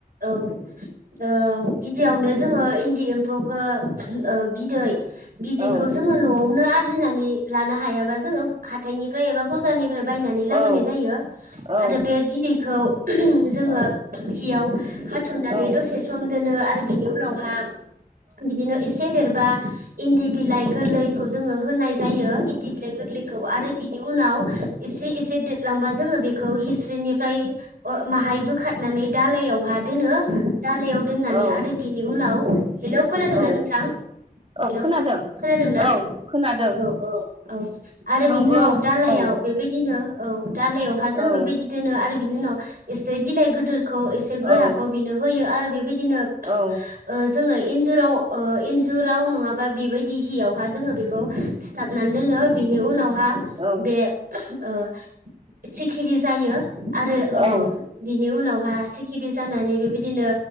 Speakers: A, on the right; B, on the right.
A: औ ओ गिबियावनो जो ङो इन्दि एम्फौखौ ओ बिदै बिदैखौ
B: औ
A: जोङो न'आव नो आरजिनानै लानो हायाबा जोङो हाथथायनिफाय एबा बज बाजारनिफ्राइ बायनानै लाबोनाय
B: औ
A: जायो
B: औ
A: आरो बे बिदैखौ जोङो
B: औ
A: हियाव खाथुमनानै
B: औ
A: दसे सम दोनो आरो बिनि उनावहा बिदिनो एसे देरबा इन्दि बिलाइ गोरलैखौ जो ङो होनाय जायो। इन्दि बिलाइ गोरलैखौ आरो बिनि उनाव इसे इसे देर लांबा जोङो बेखौ हिस्रिनि फाय ओ माहाय बोखारनानै दालायावहा दोनो दालायाव दोननानै
B: औ
A: आरो बिनि उनाव, हेलौ खोनादोंना
B: औ
A: नोंथां?
B: औ
A: हेलौ
B: खोनादों
A: खोनादोंना,
B: औ खोनादों
A: औ-औ औ आरो
B: नंगौ
A: बिनि उनाव दालायाव
B: औ
A: बेबायदि नो औ दाालइयावहा जोङो
B: औ
A: बेबायदि दोनो आरो बिनि उनाव एसे बिलाइ गोदोरखौ एसे गोराखौ
B: औ
A: बिनो होयो आरो बेबायदिनो
B: औ
A: ओ जोङो इन- जुराव ओ इन्जुराव नङाबा बेबायदि हियावहा जोङो बेखौ सिथाब नान दोनो बिनि उनाव हा
B: औ
A: बे ओ सिखिरि जायो। आरो ओ
B: औ
A: बिनि उनावहा सिखिरि जानानै बेबायदिनो